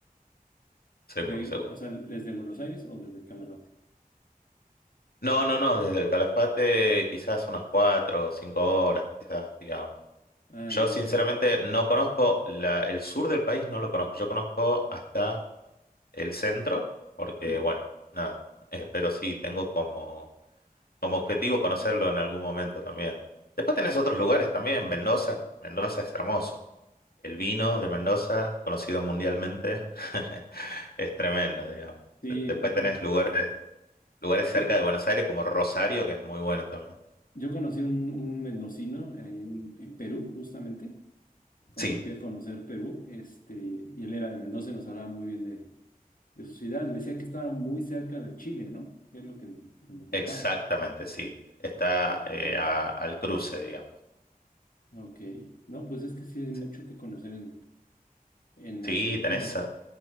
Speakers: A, on the left; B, on the left.
A: seguro,
B: De,
A: seguro.
B: o sea, desde Buenos Aires o desde el Calafate.
A: No, no, no, desde el Calafate quizás unas 4 o 5 horas, quizás, digamos.
B: Ah,
A: Yo
B: ya,
A: sinceramente
B: ok.
A: no conozco la- el sur del país, no lo conozco. Yo conozco hasta el centro, porque
B: Sí,
A: bueno, nada. eh, pero sí, tengo como como objetivo conocerlo en algún momento también. Después tenés otros lugares también, Mendoza, Mendoza es hermoso. El vino de Mendoza, conocido mundialmente, <laughs> es tremendo, digamos.
B: sí.
A: De- Después tenés lugares, lugares cerca
B: Yo,
A: de Buenos Aires como Rosario, que es muy bueno también.
B: yo conocí un, un mendocino ahí en, en Perú, justamente, cuando
A: Sí,
B: fui a conocer Perú, este, y él era de Mendoza y nos hablaba muy bien de, de su ciudad. Me decía que estaba muy cerca de Chile, ¿no? Es lo que, que me contaba.
A: exactamente, sí. Está eh, a- al cruce, digamos.
B: Ok. No, pues es que sí hay mucho
A: Sí,
B: que conocer en, en
A: Sí,
B: Argentina.
A: tenés,